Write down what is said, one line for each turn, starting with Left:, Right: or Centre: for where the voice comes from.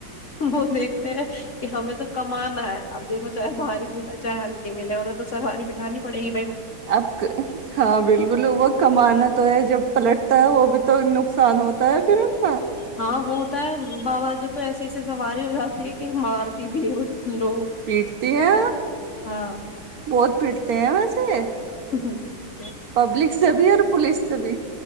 Left: وہ دیکھتے ہیں کہ ہمیں تو کمانا ہے اب دیکھو چاہے بھاری ملے چاہے ہلکے ملے ہیں تو سواری جانی پڑی
Right: آپ ہاں بالکل وہ کمانا تو ہے جب پلٹتا ہے وہ بھی تو نقصان ہوتا ہے پھر ان کا
Left: ہاں وہ ہوتا ہے بابا جو تو ایسے ایسے سواری ہو جاتی ہے کہ مارتی بھی ہے ل
Right: پیٹتی ہے
Left: ہاں
Right: بہت پیٹتے ہیں ویسے
Left: ہ ہ
Right: پبلک سے بھی اور پولیس سے بھی